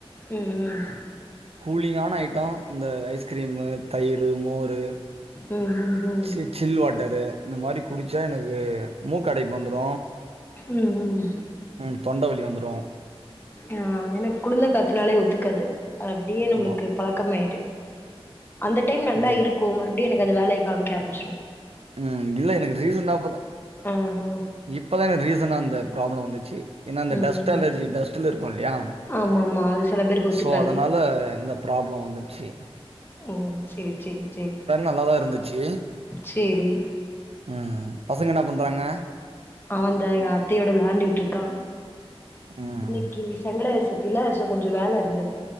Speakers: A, on the left (about 20°); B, on the right (about 75°).
A: ம் ம்
B: கூலிங்கான ஐட்டம் இந்த ஐஸ்கிரீமு தயிரு மோரு
A: ம் ஹும் ம்
B: சி சில் வாட்டரு இந்த மாரி குடிச்சா எனக்கு மூக்கடைப்பு வந்துறு
A: ம் ம்
B: ம் தொண்ட வலி வந்துறு
A: ஆ எனக்கு குளுந்த காத்துனாலே ஒத்துக்காது அப்டியே நம்மளுக்கு
B: ஆமா
A: பழக்கம் ஆயிட்டு அந்த டைம் நல்லா
B: ம்
A: இருக் கு மறுபடி எனக்கு அது வேலய காமிக்க ஆரம்பிச்சுரு
B: ம் இல்ல எனக்கு ரீசன்டாப்போல
A: ஆ ஆ
B: இப்பதா என ரீசன்டா அந்த ப்ராப்ளம் வந்துச்சு ஏனா அந்த
A: ம்
B: டஸ்ட் அலர்ஜி டஸ்ட் த்துலருக்கு இல்லயா
A: ஆமா ஆமா அது சில பேருக்கு ஒத்துக்காது
B: சோ அதனால இந்த பராப்ளோ வந்துச்சு
A: ஓ செரி செரி செரி
B: நல்லா தான் இருந்துச்சு.
A: சேரி
B: ம் பசங்க என்ன பண்றாங்க
A: அவன்ந்த்த எங்க அத்தையோட விளாண்டுட்டுருக்கா
B: ம்.
A: இன்னைக்கி சங்கடசத்துர்த்தில கொஞ்சோ வேலருந்துது